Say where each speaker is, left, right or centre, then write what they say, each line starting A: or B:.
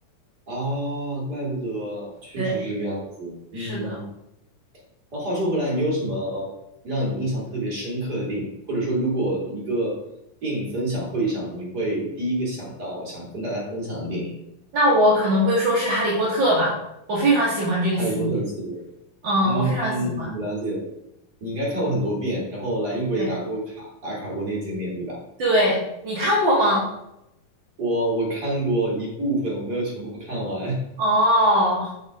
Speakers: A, on the right; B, on the right.
A: 啊，怪不得，确实是这个样子。
B: 对，
A: 嗯。
B: 是的。
A: 那话说回来，你有什么让你印象特别深刻的电影？或者说，如果一个电影分享会上，你会第一个想到想跟大家分享的电影
B: 那我可能会说是《哈利波特》吧，我非常喜欢这个系列，
A: 《哈利波特》的系列？
B: 嗯，
A: 嗯，
B: 我非常喜欢。
A: 我了解。你应该看过很多遍，然后来英国也打过卡，
B: 对
A: 打卡过那些景点，对吧？
B: 对，你看过吗？
A: 我我看过一部分，我没有全部看完。<laughs>
B: 哦，